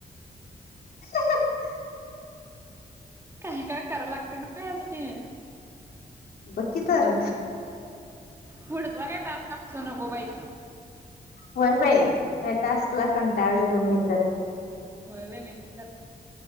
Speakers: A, on the left; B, on the right.
A: <unintelligible>
B: काय काय कराव लागते ना त्यासाठी?
A: बघ की तर.
B: पुढचा काय टास्क, <unintelligible> नको बाई.
A: होय बाई. या टास्कला कंटाळले बग मी पण.
B: होवे मी तरर-